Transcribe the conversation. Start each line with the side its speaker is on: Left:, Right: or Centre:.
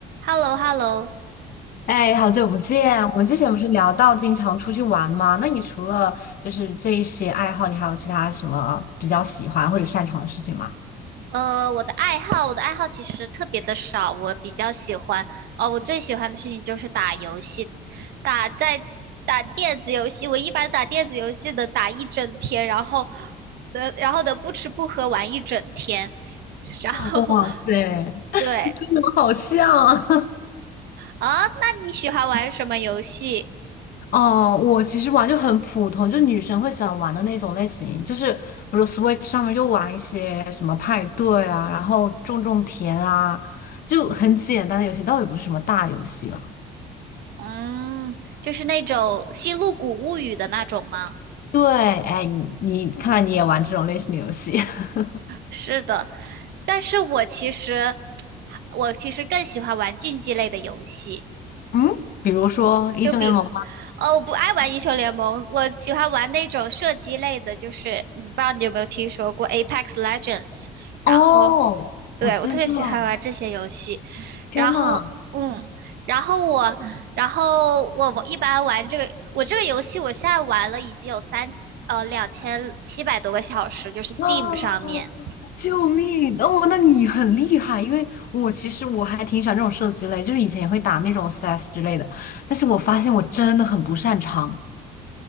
Right: h e l l o h e l l o
Left: 哎，好久不见！我们之前不是聊到经常出去玩吗？那你除了就是这一些爱好，你还有其他什么比较喜欢或者擅长的事情吗？
Right: 呃，我的爱好，我的爱好其实特别的少，我比较喜欢，哦，我最喜欢的事情就是打游戏，打在打电子游戏，我一般打电子游戏的打一整天，然后，呃，然后的不吃不喝玩一整天，<laughs> 然后
Left: 哇塞，我们好像啊！
Right: 对，啊，那你喜欢玩什么游戏？
Left: <laughs> 哦，我其实玩就很普通，就女生会喜欢玩的那种类型，就是比如 Switch 上面就玩一些什么派对啊，然后种种田啊，就很简单的游戏，倒也不是什么大游戏了。
Right: 嗯，就是那种《星露谷物语》的那种吗？
Left: 对，哎，你你看来你也玩这种类型的游戏，<laughs>
Right: 是的，但是我其实，我其实更喜欢玩竞技类的游戏，
Left: 嗯，比如说英雄联盟。
Right: 就比，哦，我不爱玩英雄联盟，我喜欢玩那种射击类的，就是嗯不知道你有没有听说过 Apex Legends，然后，
Left: 哦，
Right: 对，
Left: 我知道，
Right: 我特别喜欢玩这些游戏，
Left: 天呐，
Right: 然后，嗯，然后我，然后我我一般玩这个，我这个游戏我现在玩了已经有三，呃，两千七百多个小时，就是 Steam
Left: 啊，
Right: 上面。
Left: 救命！哦，那你很厉害，因为我其实我还挺喜欢这种射击类，就是以前也会打那种 CS 之类的，但是我发现我真的很不擅长